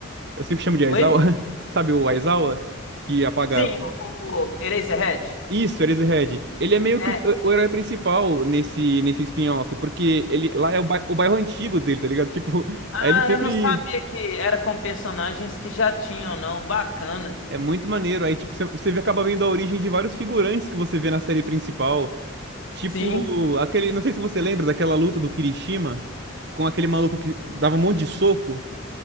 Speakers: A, on the right (about 55°); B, on the left (about 75°).
A: Eu sempre chamo de
B: Oi?
A: Aizawa. <laughs> Sabe o Aizawa? Que apaga.
B: Sim, o, o Eraserhead?
A: Isso, Eraserhead. Ele é meio
B: É,
A: que o,
B: sim.
A: o herói principal nesse, nesse spin-off, porque ele lá é o, bai- o bairro antigo dele, tá ligado? <laughs> Tipo,
B: Ah,
A: aí ele sempre.
B: eu não sabia que era com personagens que já tinham, não. Bacana.
A: É muito maneiro. Aí, tipo, você você acaba vendo a origem de vários figurantes que você vê na série principal. Tipo,
B: Sim.
A: aquele. Não sei se você lembra daquela luta do Kirishima com aquele maluco que dava um monte de soco.